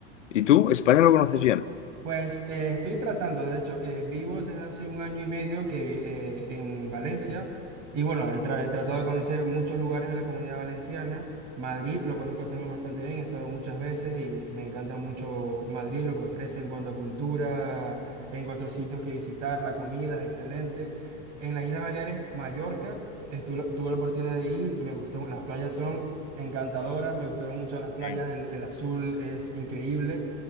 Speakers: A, on the left; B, on the right.
A: ¿Y tú? ¿España lo conoces bien?
B: Pues eh, estoy tratando, de hecho, eh, vivo desde hace un año y medio que vi- eh, en Valencia y bueno, he, tra- he tratado de conocer muchos lugares de la comunidad valenciana. Madrid lo conozco también bastante bien, he estado muchas veces y me encanta mucho Madrid, lo que ofrece en cuanto a cultura, en cuanto a sitios que visitar, la comida es excelente. En las Islas Baleares, Mallorca, estu- tuve la oportunidad de ir, me gustó, las playas son encantadoras, me gustaron mucho las playas,
A: Sí,
B: el el azul es increíble.